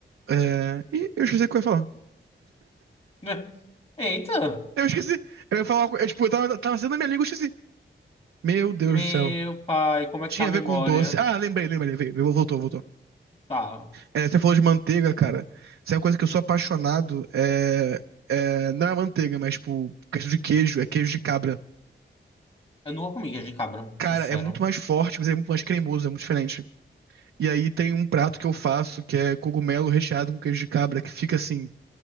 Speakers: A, on the right; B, on the left.
A: É... Ih, eu esqueci o que eu ia falar.
B: <laughs> Eita!
A: Eu esqueci. Eu ia falar. uma co- Eu, tipo, eu tava, tava sendo a minha língua, eu esqueci. Meu Deus
B: Meu
A: do céu.
B: pai, como é
A: Tinha
B: que tá a
A: a
B: memória?
A: ver com doce. Ah, lembrei, lembrei. veio, veio, Voltou, voltou.
B: Tá.
A: É, você falou de manteiga, cara. Isso é uma coisa que eu sou apaixonado. É, é, não é manteiga, mas, tipo, questão de queijo, é queijo de cabra.
B: Eu nunca comi queijo de cabra,
A: Cara,
B: sincero.
A: é muito mais forte, mas é muito mais cremoso, é muito diferente. E aí tem um prato que eu faço que é cogumelo recheado com queijo de cabra, que fica assim.